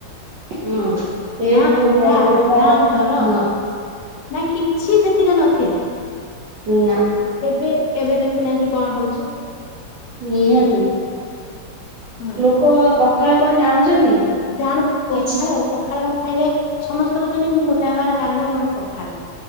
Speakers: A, on the right (about 70°); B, on the left (about 70°).
A: ହଁ। ସେ
B: ନା
A: ଯୋଉ
B: ଥଣ୍ଡା,
A: ଆନନ୍ଦ
B: ନା ଜ୍ଵର,
A: ହଁ
B: ନା କିଛି, ସେଥିରେ ନଥିଲା।
A: ନା।
B: ଏବେ ଏବେ ଦେଖୁନାହାଁନ୍ତି କଣ ହଉଛି?
A: ନିହାତି।
B: ହଁ
A: ଲୋକ ଆ ପଖାଳ କଣ ଜାଣୁଛନ୍ତି?
B: ଜାଣ ପଖାଳ,
A: କିଛି
B: ପଖାଳ ବା ଖାଇଲେ ସମସ୍ତେ କହୁଛନ୍ତି ମୁଁ ମୋଟା ହେବାର କାରଣ ମୋର ପଖାଳ।